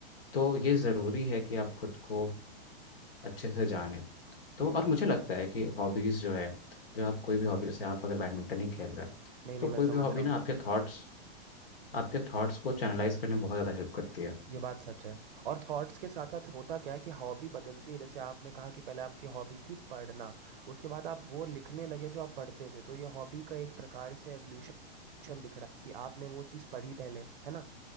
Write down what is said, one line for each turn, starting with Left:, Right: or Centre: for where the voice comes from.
Left: तो ये ज़रूरी है कि आप खुद को अच्छे से जानें तो
Right: हम्म,
Left: और
Right: हम्म,
Left: मुझे
Right: हम्म।
Left: लगता है कि हॉबीज़ जो है जो आप कोई भी हॉबी जैसे आप अगर बैडमिंटन ही खेल रहे हैं
Right: नहीं नहीं
Left: तो
Right: मैं
Left: कोई
Right: समझ
Left: भी हॉबी
Right: रहा
Left: ना
Right: हूँ
Left: आपके थॉट्स आपके थॉट्स को चैनलाइज करने में बहुत ज़्यादा हेल्प करती है
Right: ये बात सच है और थॉट्स के साथ साथ होता क्या है कि हॉबी बदलती है जैसे आपने कहा कि पहले आपकी हॉबी थी पढ़ना उसके बाद आप वो लिखने लगे जो आप पढ़ते थे तो ये हॉबी का एक प्रकार से एवोल्यूशन दिख रहा है कि आपने वो चीज़ पढ़ी पहले है ना